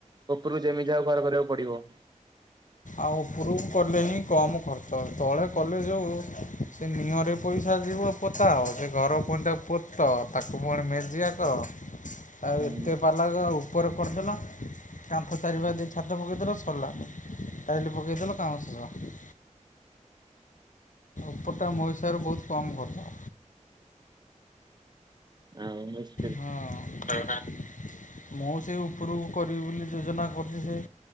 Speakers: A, on the right; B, on the left.
A: ଉପରକୁ ଯେମିତି ଯାହା ହଉ ଘର କରିବାକୁ ପଡିବ।
B: ଆଉ ଉପୁରୁକୁ କଲେ ହିଁ କମ୍ ଖର୍ଚ୍ଚ ତଳେ କଲେ ଯୋଉ ସେ ନିଅଁରେ ପଇସା ଯିବ ପୋଥା ହବ ସେ ଘର ପୁଣି ତାକୁ ପୋତ୍ ତ ତାକୁ ପୁଣି ମେଜିଆ କର ଆଉ
A: ହୁଁ
B: ଏତେ ପାଲା ଗ ଆଉ ଉପର କରିଦେଲ କାନ୍ଥ ଚାରିପାଖ ଦେଇ ଛାତ ପକେଇଦେଲ ସରିଲା। ଟାଇଲି ପକେଇଦେଲ କାମ ଶେଷ। ଏପଟା ମହିସାବରେ ବହୁତ କମ୍ ଖଚ।
A: ଆ <unintelligible>
B: ହଁ ମୁଁ ସେ ଉପରକୁ କରିବି ବୋଲି ଯୋଜନା କରୁଛି ସେ